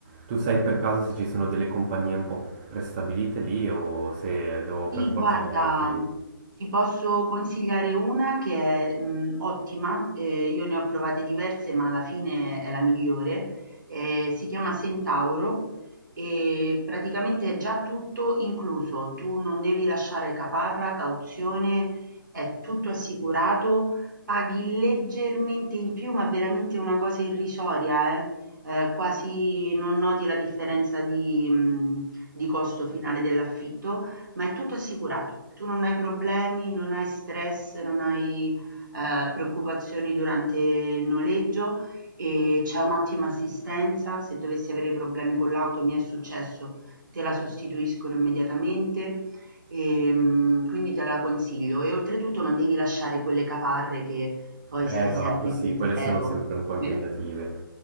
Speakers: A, on the right; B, on the right.
A: tu sai per caso se ci sono delle compagnie un po' prestabilite lì o se devo
B: Sì,
A: per
B: guarda,
A: forza andare su? Eh,
B: ti posso consigliare una che è mh, ottima, eh, io ne ho provate diverse, ma alla fine è la migliore. eh, si chiama Centauro e praticamente è già tutto incluso. Tu non devi lasciare caparra, cauzione, è tutto assicurato, paghi leggermente in più, ma veramente una cosa irrisoria, eh. Eh, quasi non noti la differenza di mh, di costo finale dell'affitto ma è tutto assicurato. Tu non hai problemi, non hai stress, non hai eh, preoccupazioni durante il noleggio e c'è un'ottima assistenza. Se dovessi avere problemi con l'auto, mi è successo, te la sostituiscono immediatamente e mm, quindi te la consiglio. E oltretutto non devi lasciare quelle caparre che poi
A: esatto,
B: stai sempre
A: sì,
B: in pensiero.
A: quelle sono sempre un po' impegnative.
B: Beh,